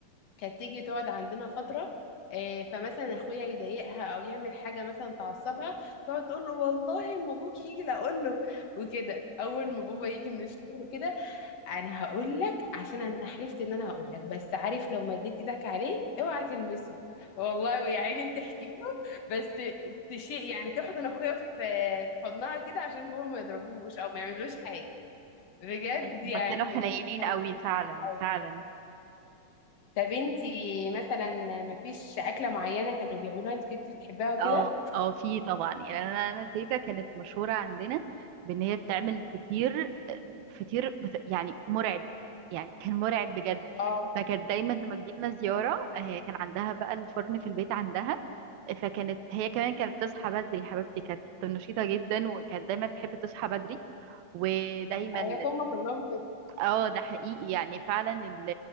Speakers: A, on the left; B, on the right.
A: كانت تيجي تقعد عندنا فترة آه، فمثلا اخويا يضايقها او يعمل حاجه مثلا تعصبها تقعد تقول له والله اما ابوك يجي لا اقول له وكده اول ما بابا يجي من الشغل وكده انا هقول لك عشان انا حلفت ان انا هقول لك بس عارف لو مديت ايدك عليه اوعى تلمسه والله ويا عيني بتحكي له بس تشيء يعني تحضن اخويا في في حضنها كده عشان بابا ما يضربوش او ما يعملوش حاجه بجد
B: هما
A: يعني
B: كانوا حنينين
A: كان
B: قوي
A: وحش
B: فعلا فعلا
A: طب انتي مثلا مفيش أكلة معينة كانوا بيعملوها انت كنت بتحبها وكده؟
B: اه اه في طبعا يعني انا انا تيتا كانت مشهوره عندنا بان هي بتعمل فطير فطير بت- يعني مرعب يعني كان مرعب بجد
A: اه
B: فكانت دايما لما تجيلنا زياره هي كان عندها بقى الفرن في البيت عندها فكانت هي كمان كانت بتصحى بدري حبيبتي كانت نشيطه جدا وكانت دايما تحب تصحى بدري ودايما
A: ايوه هما كلهم كده
B: اه ده حقيقي يعني فعلا ال-